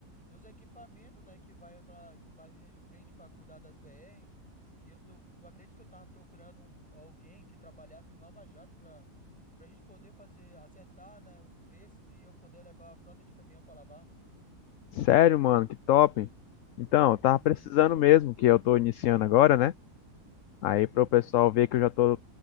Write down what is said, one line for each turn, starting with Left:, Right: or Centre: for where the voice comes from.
Centre: dos equipamentos, né? Que vai para as linhas de frente para cuidar das BR. E eu tô, tu acredita que eu tava procurando um- alguém que trabalhasse no Lava Jato pra, pra gente poder fazer, acertar, né? Uns preços e eu poder levar a frota de caminhão pra lavar?
Left: Sério, mano, que top. Então, eu tava
Centre: Uhum.
Left: precisando mesmo, que eu tô iniciando agora, né? Aí,
Centre: Sim.
Left: pro pessoal ver que eu já tô